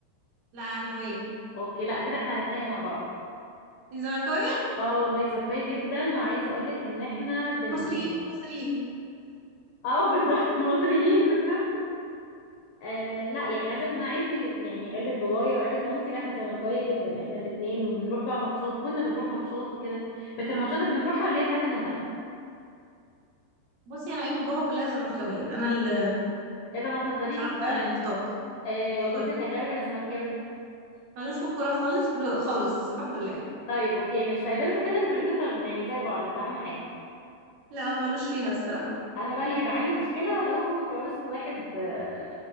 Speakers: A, on the right; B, on the left.
A: لا اهلاويه
B: اوكي لا كده احنا هنتخانق مع بعض
A: إنت زملكاويه
B: اه والله تركيا جدا وعايزه اقول لك ان احنا بن
A: مصريين
B: <laughs> يعني
A: مصريين
B: اه بالظبط <laughs> مصريين بالظبط آه لا يعني عايزه اقول لك ان انا عيلتي اللي يعني عيله بابايا وعيله مامتي لا احنا زملكاويه جدا احنا الاثنين وبنروح بقى ماتشات كنا بنروح ماتشات وكده بس الماتشات اللي بنروحها اللي هي بتاعه المنتخب
A: بصي انا عيله بابا كلها زملكاويه انا اللي
B: ايه ده ما تهزريش
A: خرجت
B: هقول
A: عن
B: لك
A: النطاق
B: آه
A: والله
B: جوزك اهلاوي ولا زملكاوي
A: ملوش في الكوره خالص خالص الحمد لله
B: طيب اوكي ماشي لا يبقى انتوا كده انتوا الاثنين طل... يعني زي بعض اهم حاجه
A: لا هو ملوش فيها الصراحه
B: انا بقى اللي هيبقى عندي مشكله لو اتجوزت واحد آه،